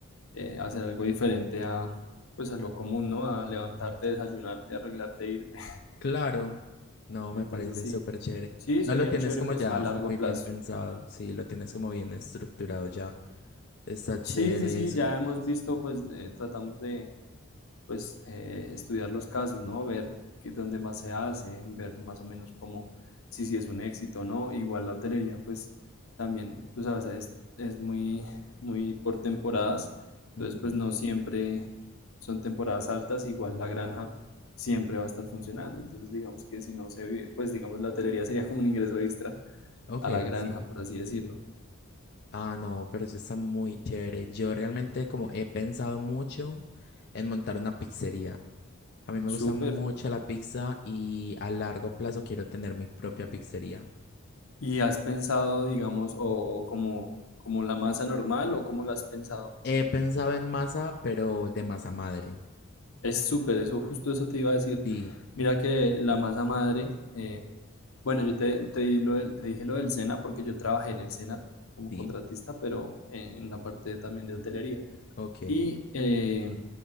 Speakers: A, on the left; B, on the left.
A: eh, hacer algo diferente a, pues a lo común, ¿no? A levantarte, desayunarte, arreglarte, irte.
B: Claro,
A: <laughs>
B: no,
A: Entonces
B: me parece
A: sí,
B: súper chévere.
A: sí,
B: No
A: sería
B: lo tienes
A: chévere
B: como
A: pues
B: ya
A: a largo
B: muy
A: plazo.
B: bien pensado, sí, lo tienes como bien estructurado ya. Está chévere
A: Sí, sí, sí,
B: eso.
A: ya hemos visto, pues eh, tratamos de, pues eh, estudiar los casos, ¿no? Ver qué, dónde más se hace, ver más o menos cómo, si, si es un éxito o no. Igual la hotelería, pues también, tú sabes, es, es muy, <laughs> muy por temporadas, entonces
B: Ujú.
A: pues no siempre son temporadas altas, igual la granja siempre va a estar funcionando, entonces digamos que si no se vive, pues digamos la hotelería sería como un ingreso extra
B: Ok,
A: a la granja,
B: sí.
A: por así decirlo.
B: Ah, no, pero eso está muy chévere. Yo realmente como he pensado mucho en montar una pizzería. A mí me gusta
A: Súper.
B: mucho la pizza y a largo plazo quiero tener mi propia pizzería.
A: ¿Y has pensado, digamos, o, o como, como la masa normal o cómo la has pensado?
B: He pensado en masa, pero de masa madre.
A: Es súper, eso, justo eso te iba a decir.
B: Sí,
A: Mira que la masa madre, eh, bueno, yo te, te, di lo del- te dije lo del SENA porque yo trabajé en el SENA como
B: sí,
A: contratista, pero eh, en la parte también de hotelería.
B: ok.
A: Y eh,